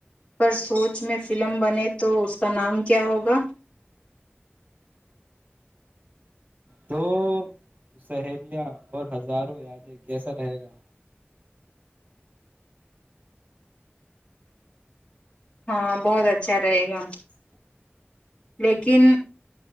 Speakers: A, on the left (about 25°); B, on the right (about 45°).
A: پر سوچ میں فلم بنے تو اس کا نام کیا ہوگا
B: دو سہیلیاں اور ہزاروں یادیں کیسا رہے گا
A: ہاں بہت اچھا رہے گا
B: اس
A: لیکن